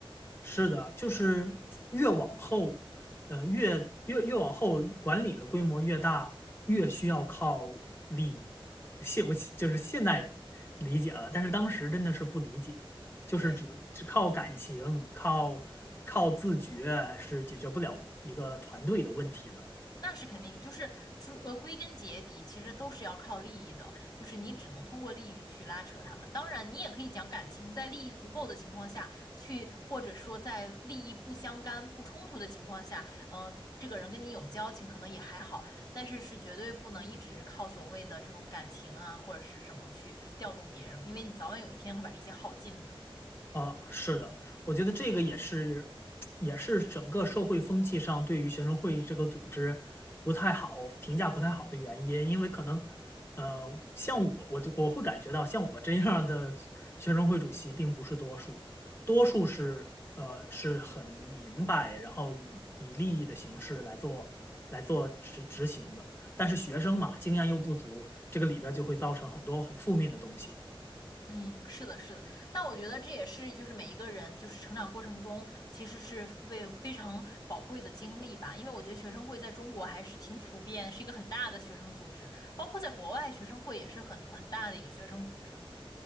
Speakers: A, on the left (about 25°); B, on the left (about 45°).
A: 是的，就是越往后，呃，越越越往后，管理的规模越大，越需要靠理，现我就是现代理解了，但是当时真的是不理解，
B: <laughs>
A: 就是只只靠感情，
B: 对。
A: 靠靠自觉是解决不了一个团队的问题的。
B: 那是肯定，就是诸呃，归根结底，其实都是要靠利益的，就是你只能通过利益去拉扯他们。当然，你也可以讲感情，在利益足够的情况下去，或者说在利益不相干、不冲突的情况下，呃，这个人跟你有交情，可能也还好，但是是绝对不能一直靠所谓的这种感情啊，或者是什么去调动别人，因为你早晚有一天会把这些耗尽的。
A: 啊，是的，我觉得这个也是，也是整个社会风气上对于学生会这个组织不太好评价不太好的原因，因为可能，呃，像我，我就我会感觉到，像我这样的学生会主席并不是多数，多数是呃是很明白，然后以以利益的形式来做来做执执行的，但是学生嘛，经验又不足，这个里边儿就会造成很多很负面的东西。
B: 嗯，是的，是的，但我觉得这也是就是每一个人就是成长过程中其实是被非常宝贵的经历吧，因为我觉得学生会在中国还是挺普遍，是一个很大的学生组织，包括在国外学生会也是很很大的一个学生组织。